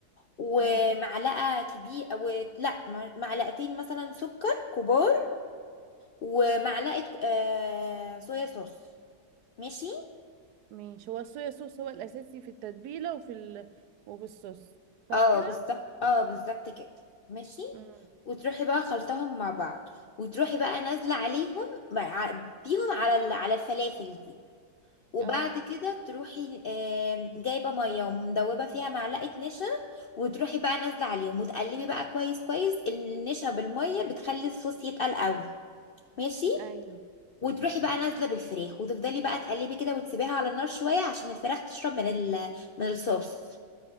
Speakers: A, on the left; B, on the right.
A: ومعلقة
B: اه
A: كبيرة أو لا مع- معلقتين مثلا سكر كبار ومعلقة آه صويا صوص ماشي
B: ماشي هو الصويا صوص هو الاساسي في التتبيله وفي ال... وفي الصوص صح
A: اه
B: كده
A: بالظبط اه بالظبط كده ماشي
B: امم
A: وتروحي بقى خلطهم مع بعض وتروحي بقى نازله عليهم مع- بيهم على ال- على الفلافل دي وبعد
B: اه
A: كده تروحي آم، جايبه ميه ومدوبه فيها معلقه نشا وتروحي بقى نازله عليهم وتقلبي بقى كويس كويس النشا بالميه بتخلي الصوص يتقل قوي ماشي
B: ايوه
A: وتروحي بقى نازله بالفراخ وتفضلي بقى تقلبي كده وتسيبيها على النار شويه عشان الفراخ تشرب من ال من الصوص